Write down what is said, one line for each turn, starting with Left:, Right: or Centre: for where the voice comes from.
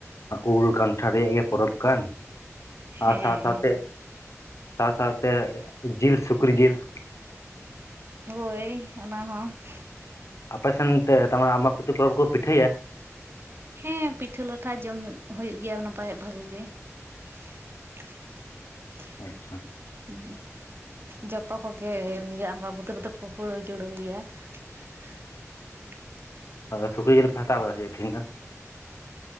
Left: ᱩᱞ ᱠᱟᱱᱴᱷᱟᱲ ᱨᱮᱭᱟᱜ ᱜᱮ ᱯᱚᱨᱚᱵᱽ ᱠᱟᱱ ᱾
Right: ᱦᱮᱸ
Left: ᱟᱨ ᱥᱟᱶ ᱥᱟᱶᱛᱮ ᱥᱟᱶ ᱥᱟᱶᱛᱮ ᱡᱤᱞ ᱥᱩᱠᱨᱤ ᱡᱤᱞ ᱾
Right: ᱦᱚᱭ ᱚᱱᱟ ᱦᱚᱸ ᱾
Left: ᱟᱯᱮ ᱥᱮᱱ ᱛᱮ ᱛᱟᱢᱟ ᱱᱮ ᱟᱢᱵᱟᱵᱚᱛᱤ ᱯᱚᱨᱚᱵᱽ ᱨᱮᱠᱚ ᱯᱤᱴᱷᱟᱹᱭᱟ?
Right: ᱦᱮᱸ ᱯᱤᱴᱷᱟᱹ ᱞᱟᱴᱷᱟ ᱡᱚᱢ ᱧᱩ ᱦᱩᱭᱩᱜ ᱜᱮᱭᱟ ᱱᱟᱯᱟᱭ ᱵᱷᱟᱜᱤ ᱜᱮ ᱾ <unintelligible>
Left: ᱟᱪᱪᱷᱟ
Right: <unintelligible> ᱡᱚᱛᱚ ᱠᱚᱜᱮ ᱱᱤᱭᱟᱹ ᱟᱢᱵᱟᱵᱚᱛᱤ ᱨᱮᱫᱚ ᱠᱚ ᱠᱩᱲᱟᱹ ᱡᱩᱲᱟᱹᱣ ᱜᱮᱭᱟ ᱾ <unintelligible>
Left: ᱟᱫᱚ ᱥᱩᱠᱨᱤ ᱡᱤᱞ ᱯᱮ ᱦᱟᱛᱟᱶ ᱠᱟᱫᱟ ᱥᱮᱪᱮ ᱛᱮᱦᱤᱧ ᱫᱚ?